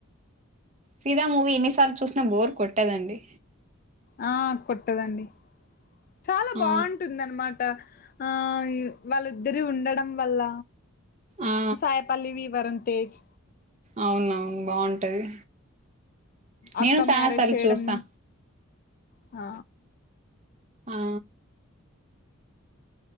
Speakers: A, on the right; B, on the left.
A: ఫిదా మూవీ ఎన్నిసార్లు చూసినా బోర్ కొట్టదండి
B: ఆ కొట్టదండి చాలా
A: ఆ
B: బాగుంటుందన్నమాట ఆ య్ వాళ్ళిద్దరే ఉండడం వల్ల
A: ఆ
B: సాయిపల్లవి వరుణ్ తేజ్
A: అవున అవును బాగుంటది నేను
B: అక్క
A: చాలా
B: మ్యారేజ్
A: సార్లు
B: చేయడం
A: చూసా
B: ఆ
A: ఆ